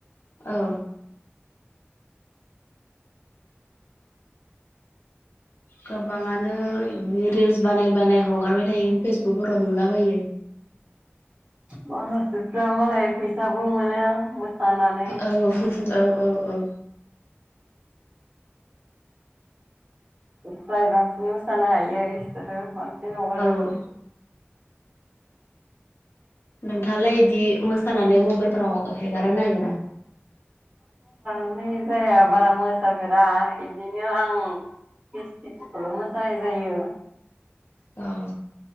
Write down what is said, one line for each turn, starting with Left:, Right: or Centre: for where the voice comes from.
Left: औ गोबाङानो रिल्स बानाय बानाय हगारबाय थायो। फेसबुकफोराव नुलाबायो।
Right: माखासेफ्रा मालाय फैसाबो मोनो। मोसानानै
Left: औ औ औ औ
Right: जाय बांसिन मोसानो हायो बिसोरो बांसिन हगारो।
Left: औ नोंथाङालाय इदि मोसानानै मबाइलफोराव हेगारो ना हेगारा?
Right: नाय जाया बारा मोसाफेरा इदिनो आं ख्रिस्टिफोरखौल' मोसानाय जायो।
Left: औ